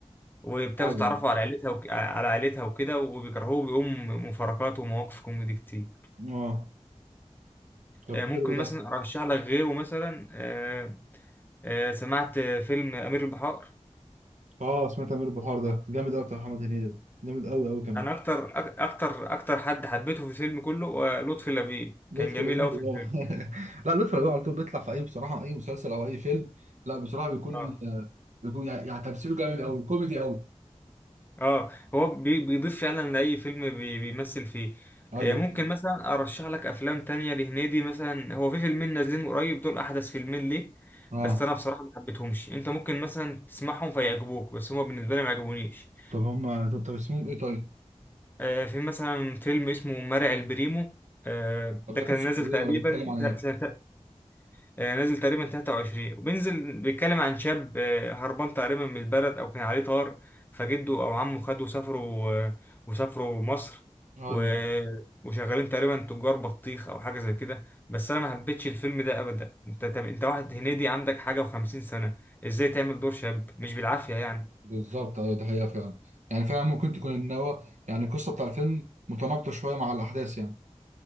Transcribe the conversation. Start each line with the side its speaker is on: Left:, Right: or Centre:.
Left: وبتاخده
Right: ايوه
Left: تعرفه على عيلتها وك... على عيلتها وكده وبيكرهوه بيقوم مفارقات ومواقف كوميدي كتير
Right: اه طب
Left: آه،
Right: حلو
Left: ممكن مثلا
Right: ده
Left: أرشح لك غيره مثلا آه، آه، سمعت فيلم أمير البحار
Right: اه سمعت امير البحار ده جامد قوي بتاع محمد هنيدي ده جامد قوي قوي كمان
Left: أنا أكتر أك- أكتر أكتر حد حبيته في الفيلم كله آه، لطفي لبيب
Right: لطفي
Left: كان جميل
Right: لبيب
Left: أوي في الفيلم
Right: آه. <laughs> لا لطفي لبيب على طول بيطلع في اي بصراحه اي مسلسل او اي فيلم لا بصراحه بيكون
Left: آه.
Right: آه، بيكون يعني يعني تمثيله جامد قوي كوميدي قوي
Left: اه هو بي- بيضيف فعلا لأي فيلم بي- بيمثل فيه
Right: ايوه
Left: آه، ممكن مثلا ارشح لك افلام تانية لهنيدي مثلا هو في فيلمين نازلين قريب دول احدث فيلمين ليه
Right: اه
Left: بس انا بصراحة ما حبيتهمش انت ممكن مثلا تسمعهم فيعجبوك بس هما بالنسبة لي ما عجبونيش
Right: طب هم طب, طب اسمهم ايه طيب؟
Left: آه، في مثلا فيلم اسمه مرعي البريمو آه،
Right: طب
Left: ده
Right: ده
Left: كان
Right: قصته
Left: نازل
Right: ايه
Left: تقريبا
Right: ولا بيتكلم عن ايه؟
Left: سنة آه، نازل تقريبا 23 وبينزل بيتكلم عن شاب آه، هربان تقريبا من البلد او كان عليه طار فجده او عمه خده وسافروا آه، وسافروا مصر
Right: ايوه
Left: و... وشغالين تقريبا تجار بطيخ او حاجه زي كده بس انا ما حبيتش الفيلم ده ابدا انت طب انت واحد هنيدي عندك حاجه وخمسين سنه ازاي تعمل دور شاب مش بالعافيه يعني
Right: بالظبط ايوه ده حقيقه فعلا يعني فعلا ممكن تكون ان هو يعني القصه بتاع الفيلم متناقضه شويه مع الاحداث يعني